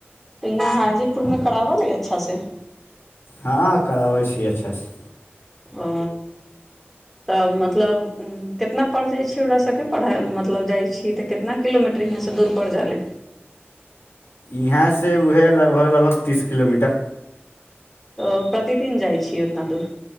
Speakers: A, in the centre; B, on the left (about 70°).
A: तऽ यहाँ हाजीपुरमे कराबऽ ल अच्छासँ
B: हँ कराबै छी अच्छा से
A: ओ तऽ मतलब कितना पड़ि जाइ छै ओकरा सभके पढ़ाइ मतलब जाइ छिय तऽ केितना किलोमीटर यहाँसँ दूर पड़ि जाइ लेलए
B: यहाँसँ उएह लगभग लगभग तीस किलोमीटर
A: अ तऽ प्रतिदिन जाइ छीय उतना दूर